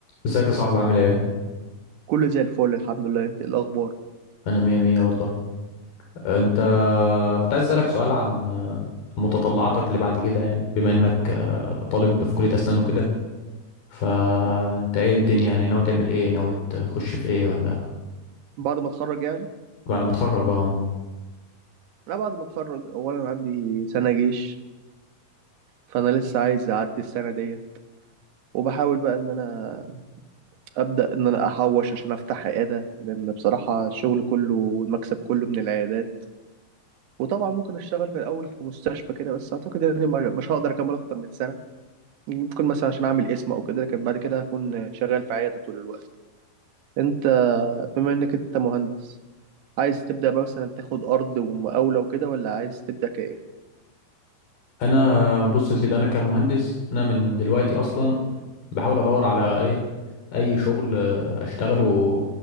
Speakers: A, on the left (about 70°); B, on the right (about 85°).
A: ازيك يا صاحبي عامل ايه؟
B: كله زي الفل الحمد لله انت ايه الاخبار
A: انا مية مية والله انت كنت عايز اسألك سؤال عن متطلعاتك اللي بعد كده يعني بما انك آه، طالب في كلية اسنان وكده فانت
B: مم.
A: ايه الدنيا يعني ناوي تعمل ايه؟ ناوي تخش في ايه ولا
B: بعد ما اتخرج يعني
A: بعد ما تتخرج اه
B: انا بعد ما اتخرج اولا عندي سنه جيش فانا لسه عايز اعدي السنه دي وبحاول بقى ان انا ابدا ان انا احوش عشان افتح عياده لان بصراحه الشغل كله والمكسب كله من العيادات وطبعا ممكن اشتغل في الاول في مستشفى كده بس اعتقد اني ما- مش هقدر اكمل اكتر من سنه ممكن مثلا عشان اعمل اسم او كده لكن بعد كده هكون شغال في عياده طول الوقت انت بما انك انت مهندس عايز تبدأ بقى مثلا تاخد أرض ومقاولة وكده ولا عايز تبدأ كإيه؟
A: انا بص يا سيدي انا كمهندس انا من دلوقتي اصلا بحاول ادور على ايه اي شغل آه، اشتغله